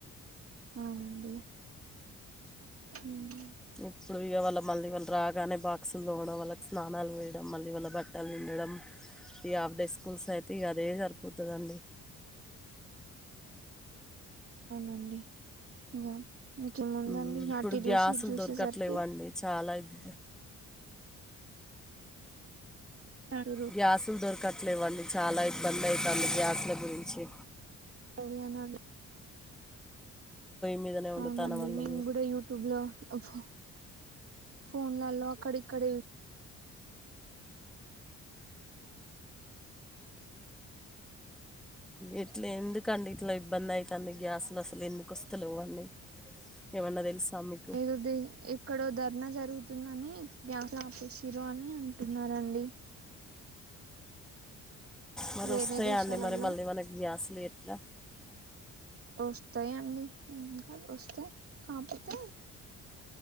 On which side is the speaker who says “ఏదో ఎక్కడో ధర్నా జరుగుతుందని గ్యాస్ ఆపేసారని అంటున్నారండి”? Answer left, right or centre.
Right